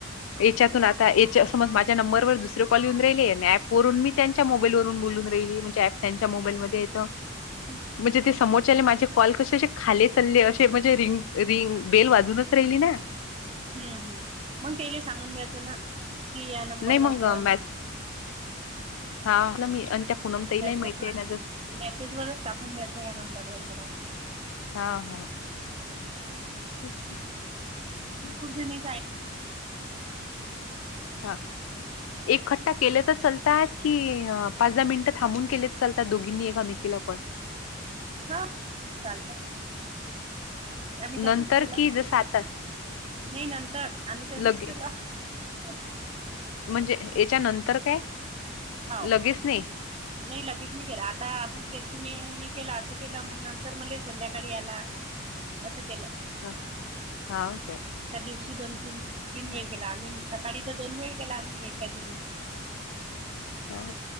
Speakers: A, on the left; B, on the right.
A: याच्यातून आता याच्या समज माझ माझ नंबर दुसर कॉलऊन राहिले आणि ऍपवरून मी त्यांच्या मोबाईलवरून बोलून राहिली म्हणजे प त्यांच्या मोबाईल ममध्ये य
B: ह.
A: म्हणजे ते समोरच्या माझे कॉल कसे असे खाले चालले असे म्हणजे रिंग रिंग बेल वाजूनच राहिली ना
B: ह् हम् मग तेला सांगून द्यायचं ना. की या नंबरवर
A: नाही मग
B: करा म्हणून
A: ब्यास हा मी त्या. पूनम ताईलाही
B: मेसेजवर
A: माहिती आहे ना जस
B: मेसेजवरच टाकून द्यायचं या नंबरवरर खरा आम्ही
A: हा हा.
B: हम्म.
A: ख <unintelligible>
B: खूप जण
A: हा एक खट्टा केलेतच चालतात की पाच दहा मिनिटं थांबून केले चालतात दोघींनी एकामेकीला पण
B: हा चालतय. आम्ही तसच
A: नंतर
B: केलं
A: की जसं आता
B: नाही नंतर आम्ही तसच
A: लगे
B: केलं. का
A: म्हणजे याच्या नंतर काय
B: हो
A: लगेच नाही.
B: नाही लगेच नाही केलं आता आपण केलं तुम्ही मी केलं असं केलं मग नंतर मला संध्याकाळी याला. असं केलं.
A: हा हा, काय
B: दिवशी दोन तीन तीन वेळ केला आम्ही सकाळी तर दोन वेळ केला आम्ही एकाद
A: हा